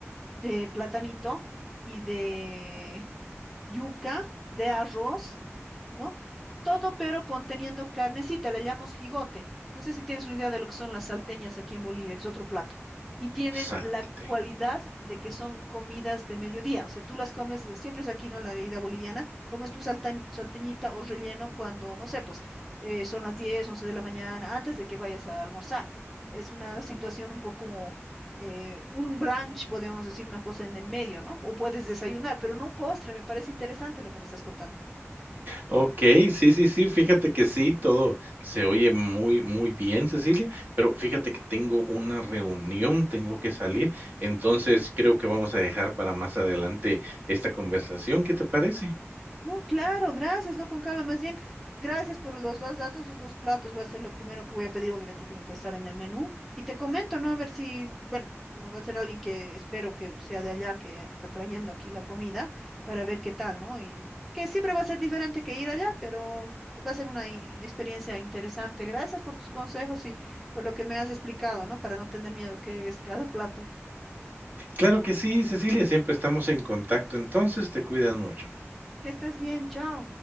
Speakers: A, in the centre; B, on the right.
A: de platanito y de yuca, de arroz, ¿no? Todo pero conteniendo carnecita, le llamamos jigote. No sé si tienes una idea de lo que son las salteñas aquí en Bolivia, que es otro plato. Y tienen
B: Exacte.
A: la cualidad de que son comidas de mediodía. O sea, tú las comes, eh, siempre es aquí, ¿no? La herida boliviana, comes tu saltañ- salteñita o relleno cuando, no sé, pues eh, son las 10, 11 de la mañana, antes de que vayas a almorzar. Es una situación un poco eh, un brunch, podemos decir una cosa en el medio, ¿no? O puedes desayunar, pero no un postre, me parece interesante lo que me estás contando.
B: Okey, sí, sí, sí, fíjate que sí, todo se oye muy, muy bien, Cecilia, pero fíjate que tengo una reunión, tengo que salir, entonces creo que vamos a dejar para más adelante esta conversación, ¿qué te parece?
A: No, claro, gracias, no con calma, más bien, gracias por los dos datos, los dos platos, va a ser lo primero que voy a pedir, obviamente tienen que estar en el menú, y te comento, ¿no? A ver si, bueno, como va a ser alguien que espero que sea de allá, que está trayendo aquí la comida, para ver qué tal, ¿no? Y que siempre va a ser diferente que ir allá, pero va a ser una i- experiencia interesante. Gracias por tus consejos y por lo que me has explicado, ¿no? Para no tener miedo, qué es cada plato.
B: Claro que sí, Cecilia, siempre estamos en contacto, entonces te cuidas mucho.
A: Que estés bien, chao.